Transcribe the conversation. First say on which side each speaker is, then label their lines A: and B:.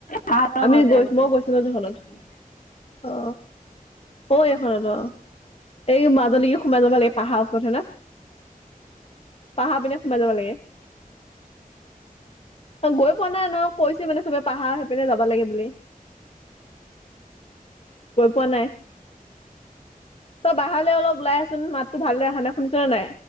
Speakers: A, on the left; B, on the left.
A: পাহাৰৰ
B: আমি
A: গছ
B: গৈ মই গৈছো ন সেখনত
A: যে
B: অ। অ', এইখনত অ। এই মাজ আলীকে সোমাই যাব লাগে। পাহাৰৰ ওচৰত হে না, পাহাৰৰ পিনে সোমাই যাব লাগে। অ', গৈ পোৱা নাই ন। কৈছে মানে চবে পাহাৰৰ সেইপিনে যাব লাগে বুলি, গৈ পোৱা নাই। তই বাহিৰলৈ অলপ ওলাই আহচোন, মাততো ভালদৰে অহা নাই, শুনিছ নে নাই?